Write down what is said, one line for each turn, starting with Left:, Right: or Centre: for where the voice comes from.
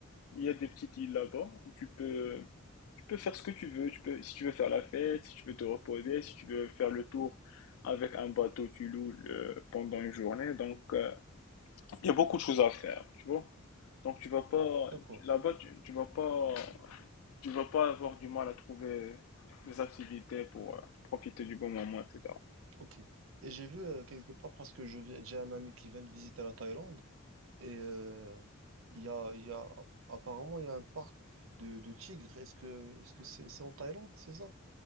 Left: Il y a des petites îles là-bas où tu peux, tu peux faire ce que tu veux. Tu peux, si tu veux faire la fête, si tu veux te reposer, si tu veux faire le tour avec un bateau, tu loues le- pendant une journée. Donc, euh, il y a beaucoup de choses à faire, tu vois. Donc, tu vas pas,
Right: D'accord.
Left: là-bas, tu, tu vas pas, tu vas pas avoir du mal à trouver des activités pour euh, profiter du bon moment, etc.
Right: Ok. Et j'ai vu euh, quelque part parce que je viens, j'ai un ami qui vient de visiter la Thaïlande et euh, il y a, il y a, apparemment, il y a un parc de, de tigres. Est-ce que, est-ce que c'est, c'est en Thaïlande, c'est ça?